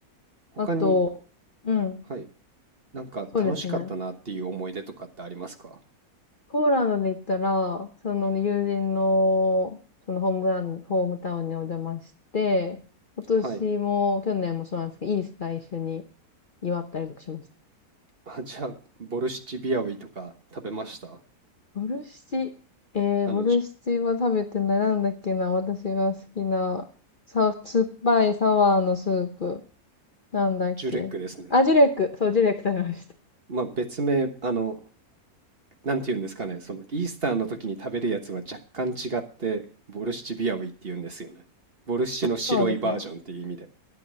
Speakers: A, on the right (about 40°); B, on the left (about 40°).
A: 他に、
B: あと、うん、
A: はい、なんか楽しかったなっていう思い出とかってありますか
B: そうですね。ポーランドで行ったら、その友人の、そのホームラン、ホームタウンにお邪魔して、今年も、
A: はい。
B: 去年もそうなんですけど、イースター一緒に祝ったりとかしました。
A: あ、じゃあ、ボルシチビアウィとか食べました
B: ボルシチ、えー、
A: あの、
B: ボルシチは食べてない。
A: ジュ、
B: なんだっけな、私が好きな、さ、酸っぱいサワーのスープ。なんだっけ。
A: ジュレックですね。
B: あ、ジュレック。そう、ジュレック食べました。
A: まあ別名、あの、なんて言うんですかね。その、イースターの時に食べるやつは若干違って、ボルシチビアウィって言うんですよね。ボルシチの白いバージョンっていう意味で。
B: そうですね。